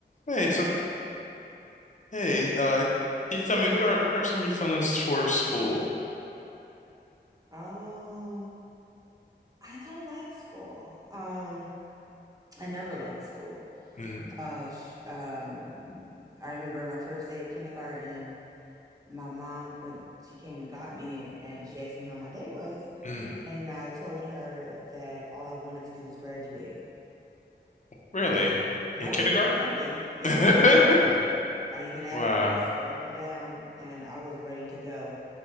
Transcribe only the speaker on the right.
Hey,
um, I don't like school. Um, I never liked school.
Uh, sh um, I remember my first day at kindergarten. My mom went, she came and got me, and, and she asked me how my day was,
and I told her that all I wanted to do was graduate.
Uh, and
I
was in kindergarten. Yeah, you, yeah, yeah.
You can ask her. Uh, you can ask
her. I swear up and down, and I was ready to go